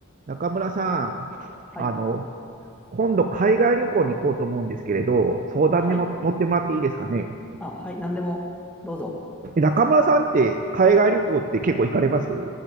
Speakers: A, on the right (about 35°); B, in the centre.
A: 中村さん、
B: はい。
A: あの、今度海外旅行に行こうと思うんですけれど、相談にも乗ってもらっていいですかね。
B: はい。あ、はい。何でも、どうぞ。
A: え中村さんって海外旅行って結構行かれます